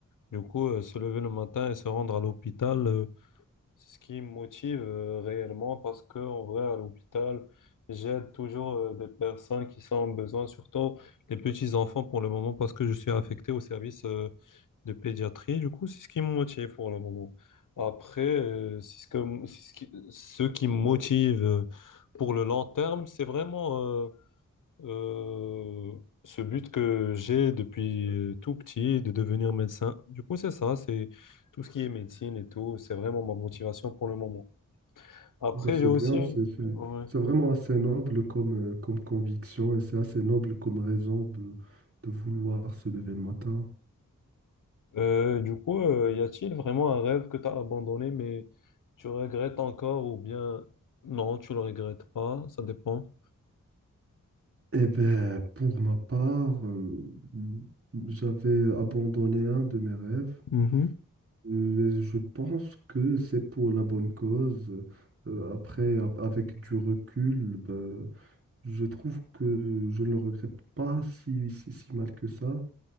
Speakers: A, on the left; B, on the right.
A: Du coup, euh, se lever le matin et se rendre à l'hôpital, euh, c'est ce qui me motive euh, réellement parce que en vrai à l'hôpital j'aide toujours euh, des personnes qui sont en besoin surtout les petits enfants pour le moment parce que je suis affecté au service euh, de pédiatrie du coup c'est ce qui me motive pour le moment après euh, c'est ce que c'est ce qui, ce qui me motive euh, pour le long terme c'est vraiment euh, euh, ce but que j'ai depuis euh, tout petit de devenir médecin. Du coup, c'est ça, c'est tout ce qui est médecine et tout, c'est vraiment ma motivation pour le moment. Après,
B: Bah, c'est
A: j'ai aussi...
B: bien, c'est c'est-
A: ouais.
B: c'est vraiment assez noble comme, euh, comme conviction et c'est assez noble comme raison de, de vouloir se lever le matin.
A: Euh, du coup, euh, y a-t-il vraiment un rêve que tu as abandonné, mais tu regrettes encore ou bien non, tu le regrettes pas, ça dépend.
B: Eh bien, pour ma part, euh, j'avais abandonné un de mes rêves.
A: Mhm,
B: Euh, Je pense que c'est pour la bonne cause. Euh, après, a- avec du recul, ben, je trouve que je ne le regrette pas si, si, si mal que ça.